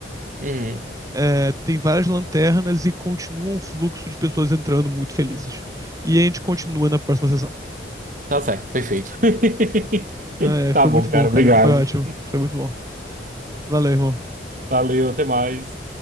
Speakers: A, on the right; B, on the right.
A: Uhum,
B: É, tem várias lanternas e continua um fluxo de pessoas entrando muito felizes. E a gente continua na próxima sessão.
A: tá certo, perfeito. <laughs>
B: É,
A: Tá
B: foi
A: bom,
B: muito
A: cara,
B: bom,
A: obrigado.
B: cara. Foi ótimo. Foi muito bom. Valeu, irmão.
A: Valeu, até mais.